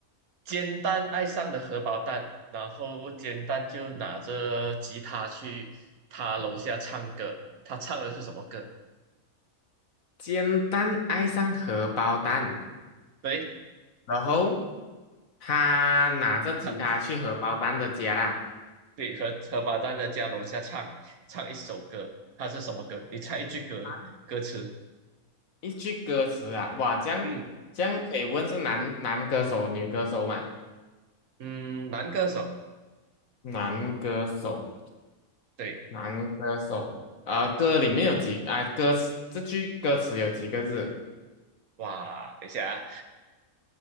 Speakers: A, on the right (about 80°); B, on the left (about 70°).
A: 煎蛋爱上了荷包蛋，然后煎蛋就拿着吉他去他楼下唱歌。他唱的是什么歌？
B: 简单爱上荷包蛋，
A: 对，
B: 然后他拿着吉他去荷包蛋的家啦。
A: 他对荷荷包蛋的家楼下唱唱一首歌，他是什么歌？你猜一句歌歌词。
B: 简单一句歌词啊，哇，这样这样可以问是男男歌手、
A: 嗯
B: 女歌手吗？
A: 嗯，男歌手。
B: 男歌手，
A: 对，
B: 男歌手，呃，歌里面有几啊、歌词这句歌词有几个字？
A: 哇，等一下啊，